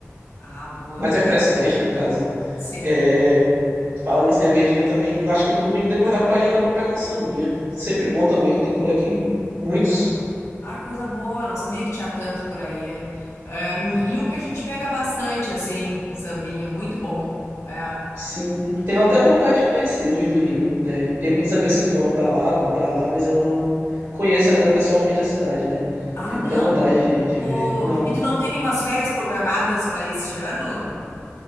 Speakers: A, on the left; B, on the right.
A: Ah, boa.
B: mais refrescante no caso.
A: Sim.
B: É, falando em cervejinha também, acho que no domingo depois da prainha dá pra pegar um sambinha. Sempre bom também, tem por aqui muitos.
A: Ah, é. Ah, que coisa boa, não sabia que tinha tanto por aí. É, no Rio que a gente pega bastante, assim, sambinha, é muito bom. É.
B: Sim, tenho até vontade de conhecer os do Rio, né? Tem muitos amigos que foram pra lá, vão pra lá, mas eu não conheço ainda pessoalmente a cidade, né?
A: Ah,
B: Tenho
A: não.
B: muita vontade de, de
A: Pô,
B: ver. Não.
A: e tu não tem nenhumas férias programadas para este ano?